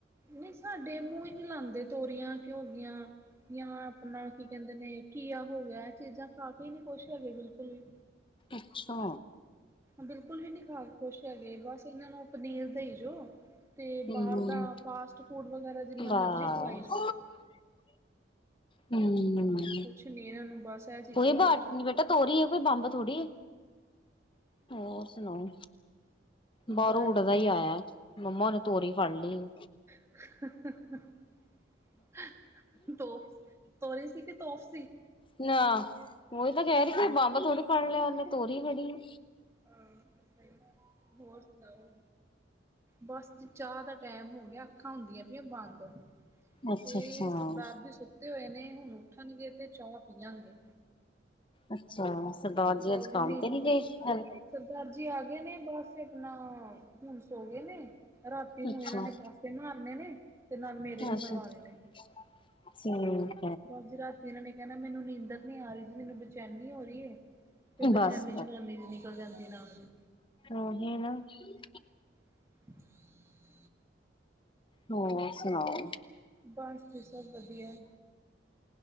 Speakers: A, on the right; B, on the left.
A: ਨੀ ਸਾਡੇ ਮੂੰਹ ਹੀ ਨਹੀਂ ਲਾਦੇ, ਤੋਰੀਆਂ ਹੋ ਗਈਆਂ ਜਾਂ ਆਪਣਾ ਕੀ ਕਹਿੰਦੇ ਨੇ ਘੀਆ ਹੋ ਗਿਆ। ਇਹ ਚੀਜ਼ਾਂ ਖਾ ਕੇ ਹੀ ਨੀ ਖੁਸ਼ ਹੈਗੇ ਬਿਲਕੁੱਲ ਵੀ।
B: ਅੱਛਾ।
A: ਬਿਲਕੁਲ ਵੀ ਨੀ ਖਾ ਖੁਸ਼ ਹੈਗੇ ਬਸ ਇਹਨਾਂ ਨੂੰ ਪਨੀਰ ਦੇਈ ਜੋਓ। ਤੇ
B: ਹੂੰ-ਹੂੰ।
A: ਬਾਹਰ ਦਾ ਫਾਸਟ ਫੂਡ ਵਗੈਰਾ ਜਿੰਨਾ
B: ਬਸ
A: ਮਰਜ਼ੀ ਖਵਾਈ ਜਾਓ।
B: ਹਮ ਹਮਮ।
A: ਚੇਰਾਂ ਨੂੰ ਬਸ ਇਹ ਚੀਜ਼ਾਂ
B: ਕੋਈ
A: ਦਈ
B: ਬਾਤ
A: ਜੋ
B: ਨੀ ਬੇਟਾ ਤੋਰੀਏ ਕੋਈ ਬੰਬ ਥੋੜ੍ਹੀ ਹੋਰ ਸੁਣਾਓ। ਬਾਹਰੋਂ
A: ਬਸ
B: ਉੱਡਦਾ
A: ਜੀ
B: ਹੀ ਆਇਆ। ਮੰਮਾ ਉਨੇ ਤੋਰੀ ਫੜ ਲਈ ਏ।
A: <unintelligible> ਤੋਪ ਤੋਰੀ ਸੀ ਕਿ ਤੋਪ ਸੀ।
B: ਨਾਹ ਉਹੀ ਤਾਂ ਕਹਿ ਰਹੀ ਬੰਬ ਥੋੜੀ ਫੜ ਲਿਆ, ਉਹਨੇ ਤੋਰੀ ਫੜੀ ਏ।
A: ਹਾਂ ਸਹੀ ਗੱਲ, ਹੋਰ ਸੁਣਾਓ ਬਸ ਚਾਹ ਦਾ ਟੈਮ ਹੋ ਗਿਆ, ਅੱਖਾਂ ਹੁੰਦੀਆਂ ਪਈਆਂ ਬੰਦ
B: ਅੱਛਾ
A: ਤੇ
B: ਅੱਛਾ
A: ਸਰਦਾਰ ਦੀ ਸ ਤੇ ਹੋਏ ਨੇ ਹੁਣ ਉੱਠਣਗੇ ਤੇ ਚਾਹ ਪਿਆਗੇ।
B: ਅੱਛਾ, ਸਰਦਾਰ
A: ਸਰਦਾਰ
B: ਅੱਜ
A: ਜੀ
B: ਕੰਮ
A: ਨੀ
B: ਤੇ ਗਏ ਸੀ ਕੱਲ
A: ਸਰਦਾਰ ਜੀ ਆ ਗਏ ਨੇ ਬਸ ਆਪਣਾ ਹੁਣ ਸੋ ਗਏ ਨੇ, ਰਾਤੀ ਹੁਣ
B: ਅੱਛਾ
A: ਇਹਨਾਂ ਨੇ ਪਾਸੇ ਮਾਰਨੇ ਨੇ, ਤੇ ਨਾਲ ਮੇਰੇ ਵੀ
B: ਅੱਛਾ
A: ਮਰਵਾਣੇ ਨੇ।
B: <unintelligible>
A: ਅੱਜ ਰਾਤੀ ਇਹਨਾਂ ਨੇ ਕਹਿਣਾ ਮੈਨੂੰ ਨੀਂਦਰ ਨੀ ਆ ਰਹੀ ਜੀ ਮੈਨੂੰ ਬੇਚੈਨੀ ਹੋ ਰਹੀ ਹੈ। ਤੇ ਬੇਚੈਨੀ
B: ਬਸ
A: ਜਨਾਨੀ ਦੀ ਨਿਕਲ ਜਾਂਦੀ ਨਾਲ ਦੀ,
B: ਔਹੀ ਨਾ <unintelligible>
A: <unintelligible>
B: ਹੋਰ ਸੁਣਾਓ?
A: ਬਸ ਜੀ ਸਭ ਵਧੀਆ